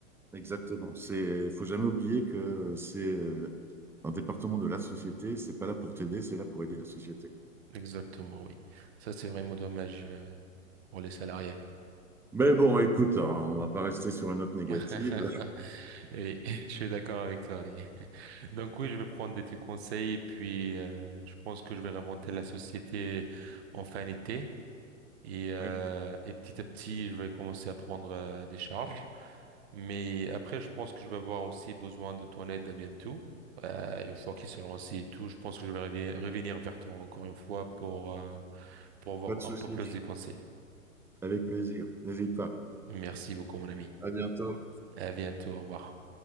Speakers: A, in the centre; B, on the right (about 50°).
A: Exactement. C'est, faut jamais oublier que c'est euh, un département de la société. C'est pas là pour t'aider, c'est là pour aider la société.
B: Exactement, oui. Ça, c'est vraiment dommage euh, pour les salariés.
A: Mais bon, écoute, hein, on va pas rester sur une note négative.
B: <laughs> Oui, je suis d'accord avec toi, oui. Donc oui, je vais prendre de tes conseils et puis euh, je pense que je vais remonter la société en fin d'été et, euh,
A: Ouais,
B: et petit à petit, je vais commencer à prendre euh, des charges. Mais après, je pense que je vais avoir aussi besoin de ton aide à bientôt. Euh, une fois qu'il se lance et tout, je pense que je vais revi- revenir vers toi encore une fois pour, euh, pour avoir
A: pas de souci.
B: un peu plus de conseils.
A: Avec plaisir. N'hésite pas.
B: Merci beaucoup, mon ami.
A: À bientôt.
B: À bientôt. Au revoir.